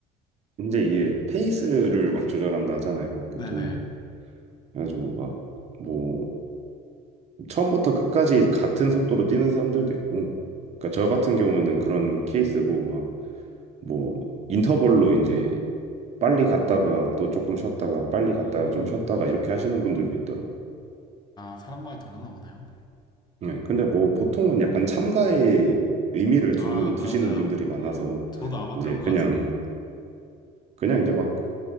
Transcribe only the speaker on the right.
이제 이게 페이스를 막 조절한다 하잖아요, 보통.
그래가지고 막뭐 처음부터 끝까지 같은 속도로 뛰는 사람들도 있고, 그러니까 저 같은 경우에는 그런 케이스고, 막, 뭐, 인터벌로 이제 빨리 갔다가 또 조금 쉬었다가 빨리
갔다가 좀 쉬었다가 이렇게 하시는 분들도 있더라고요.
네, 근데 뭐 보통은 약간 참가에 의미를 두는,
두시는 분들이 많아서,
이제
그냥,
그냥 이제 막,